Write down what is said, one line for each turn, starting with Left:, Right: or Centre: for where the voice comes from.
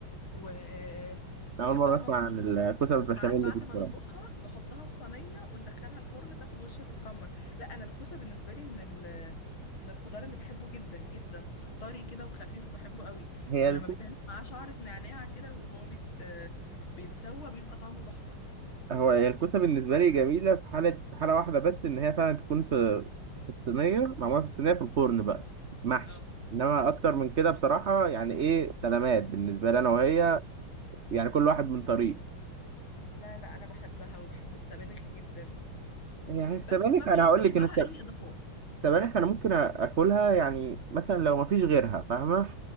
Left: وبحبها
Right: انا اول مره اسمع
Left: مطبوخة
Right: عن الكوسه بالبشاميل
Left: وساعات بعد
Right: دي بصراحه
Left: ما نطبخها نحطها في صينية وندخلها الفرن تاخد وش تتحمر لا انا الكوسة بالنسبة لي من ال من الخضار اللي بحبه جدا جدا طري كده وخفيف وبحبه قوي
Right: هي
Left: ولما
Right: الكوسه
Left: بيتعمل معاه شعرة نعناع كده وهو بيت بيتسوى بيبقى طعمه تحفة
Right: هو هي الكوسة بالنسبة لي جميلة في حالة في حالة واحدة بس إن هي فعلا تكون في في الصينية معمولة في الصينية في الفرن بقى محشي
Left: اه
Right: إنما أكتر من كده بصراحة يعني إيه سلامات بالنسبة لي أنا وهي يعني كل واحد من طريق
Left: لا لا انا بحبها وبحب السبانخ جدا
Right: يعني السبانخ
Left: بس ما بحبش
Right: أنا هقول لك
Left: معاها
Right: إن السب-
Left: اي اضافات
Right: السبانخ أنا ممكن آكلها يعني مثلا لو مفيش غيرها فاهمة